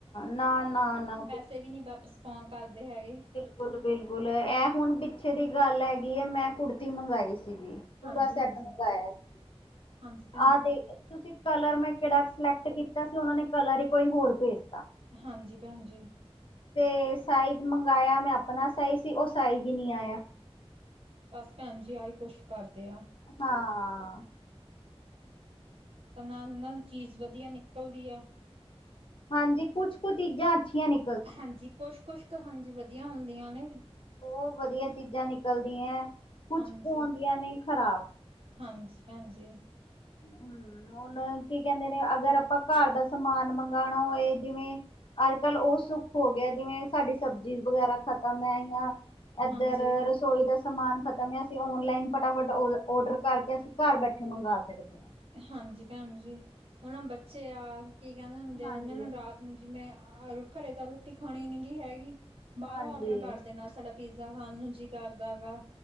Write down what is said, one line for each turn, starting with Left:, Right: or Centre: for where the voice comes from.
Left: ਨਾ, ਨਾ, ਨਾ।
Right: ਕਿਤੇ ਵੀ ਨੀ ਵਾਪਿਸ ਫੋਨ ਕਰਦੇ ਹੈਗੇ।
Left: ਬਿਲਕੁਲ-ਬਿਲਕੁਲ ਇਹ ਹੁਣ ਪਿੱਛੇ ਦੀ ਗੱਲ ਹੈਗੀ ਐ ਮੈਂ ਕੁੜਤੀ ਮੰਗਾਈ ਸੀਗੀ। ਪੂਰਾ
Right: ਹਾਂਜੀ
Left: ਸੈੱਟ
Right: ਹਾਂਜੀ
Left: ਮੰਗਾਇਆ ਸੀ,
Right: ਹਾਂਜੀ ਭੈਣ
Left: ਆਹ
Right: ਜੀ
Left: ਤੇ ਤੁਸੀਂ ਕਲਰ ਮੈਂ ਕਿਹੜਾ ਸਿਲੈਕਟ ਕੀਤਾ ਸੀ‌ ਉਹਨਾਂ ਨੇ ਕਲਰ ਹੀ ਕੋਈ ਹੋਰ ਭੇਜਤਾ‌।
Right: ਹਾਂਜੀ, ਭੈਣ ਜੀ।
Left: ਤੇ ਸਾਈਜ਼ ਮੰਗਿਆ ਮੈਂ ਆਪਣਾ ਸਾਈਜ਼ ਸੀ ਉਹ ਸਾਈਜ਼ ਈ ਨੀ ਆਇਆ।
Right: ਬਸ, ਭੈਣ ਜੀ ਆਹੀ ਕੁਛ ਕਰਦੇ ਆ।
Left: ਹਾਂ।
Right: ਤਾਂ ਨਾਲ ਇਹਨਾਂ ਦੀ ਚੀਜ਼ ਵਧੀਆ ਨਿਕਲ਼ਦੀ ਆ।
Left: ਹਾਂਜੀ, ਕੁੱਛ ਕੁ ਚੀਜ਼ਾਂ ਅੱਛੀਆਂ ਨੇ
Right: ਹਾਂਜੀ, ਕੁੱਛ -ਕੁੱਛ ਕੁ ਹਾਂਜੀ ਵਧੀਆ ਹੁੰਦੀਆਂ ਨੇ।
Left: ਉਹ ਵਧੀਆ ਚੀਜ਼ਾਂ ਨਿਕਲਦੀਆਂ, ਕੁੱਛ
Right: ਹਾਂਜੀ
Left: ਕੁ ਹੋਦੀਆਂ ਨੇ ਖ਼ਰਾਬ।
Right: ਹਾਂਜੀ, ਭੈਣਜੀ।
Left: ਹੂੰ, ਹੁਣ ਕੀ ਕਹਿੰਦੇ ਨੇ ਅਗਰ ਆਪਾਂ ਘਰ ਦਾ ਸਮਾਨ ਮੰਗਾਣਾ ਹੋਏ ਜਿਵੇਂ ਅੱਜ-ਕੱਲ ਉਹ ਸੁੱਖ ਹੋ ਗਿਆ ਜਿਵੇਂ ਸਾਡੀ ਸਬਜ਼ੀ ਵਗੈਰਾ ਖਤਮ ਹੈਇਆ ਐਧਰ
Right: ਹਾਂਜੀ
Left: ਰਸੋਈ ਦਾ ਸਮਾਨ ਖ਼ਤਮ ਹੈ, ਅਸੀਂ ਔਨਲਾਈਨ ਫਟਾਫਟ ਔਡਰ ਕਰਕੇ ਅਸੀਂ ਘਰ ਬੈਠੇ ਮੰਗਾ ਸਕਦੇ ਆ।
Right: ਹਾਂਜੀ, ਭੈਣਜੀ‌ ਹੁਣ ਆ ਬੱਚੇ ਆ, ਕੀ ਕਹਿੰਦੇ ਹੁੰਦੇ
Left: ਹਾਂਜੀ
Right: ਆ ਇਹਨਾਂ ਨੂੰ ਰਾਤ ਨੂੰ ਜੀ ਮੈਂ ਆ, ਘਰੇ ਤਾਂ ਰੋਟੀ ਖਾਣੀ ਨੀ ਗੀ ਹੈਗੀ, ਬਾਹਰੋਂ
Left: ਹਾਂਜੀ
Right: ਔਡਰ ਕਰ ਦੇਣਾ। ਸਾਡਾ ਪੀਜ਼ਾ ਖਾਣ ਨੂੰ ਜੀ ਕਰਦਾ ਗਾ,